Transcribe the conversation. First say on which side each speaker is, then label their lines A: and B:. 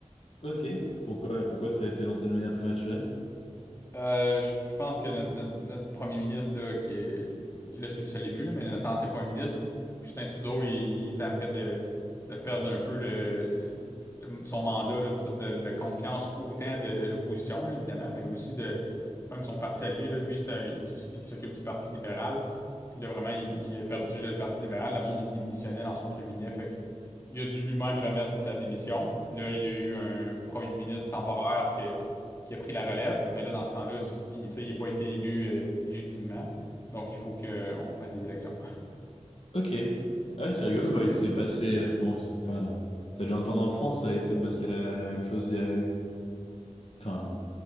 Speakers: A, on the left (about 55°); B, on the left (about 20°).
A: Ok. Pourquoi, pourquoi ça a été lancé de manière prématurée?
B: Euh, je, je pense que notre, notre- notre premier ministre, là, qui est, il là, c'est- ça l'est plus, là, mais notre ancien premier ministre, Justin Trudeau, il, il était après de, de perdre un peu le, le- son mandat, là, puis toute la, la confiance autant de l'opposition, là, évidemment, mais aussi de même son parti à lui, là. Lui, c'est un- il, s- il s'occupe du Parti libéral. Puis là, vraiment, il, il a perdu, là, le Parti libéral. Le monde, il démissionnait dans son cabinet. Fait que il a dû lui-même remettre sa démission. Puis là, il y a eu un premier ministre temporaire qui a pris la relève, mais là, dans ce temps-là, il, tu sais, il n'a pas été élu euh, légitimement. Donc, il faut qu'on fasse des élections.
A: Ok. Ah Ouais, c'est rigolo. Bah, il s'est passé. euh, Non, c'est- enfin, t'as dû entendre en France, euh, il s'est passé la, la même chose. Il y a... Enfin,